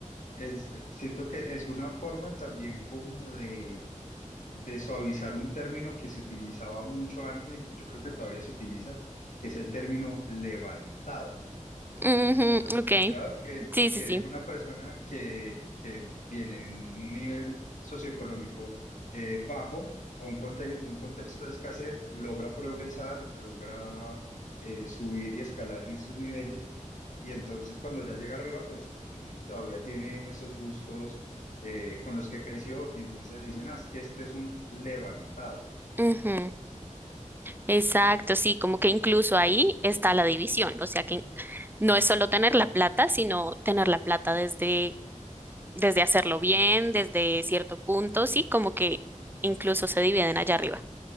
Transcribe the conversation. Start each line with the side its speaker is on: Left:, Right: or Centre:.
Left: es, eh, siento que es una forma también como de, de suavizar un término que se utilizaba mucho antes y que yo creo que todavía se utiliza, que es el término levantado.
Right: Ujú,
Left: ¿Has escuchado
Right: ok,
Left: que,
Right: sí, sí,
Left: que
Right: sí.
Left: es una persona que, que viene de un nivel socioeconómico eh, bajo o un, conte- un contexto de escasez, logra progresar, logra eh, subir y escalar en estos niveles? Y entonces cuando ya llega arriba, pues <clears throat> todavía tiene esos gustos eh, con los que creció y entonces le dicen, ah, es que este es un levantado,
Right: Ujú, Exacto, sí, como que incluso ahí está la división, o sea que no es solo tener la plata, sino tener la plata desde desde hacerlo bien, desde cierto punto, sí, como que incluso se dividen allá arriba.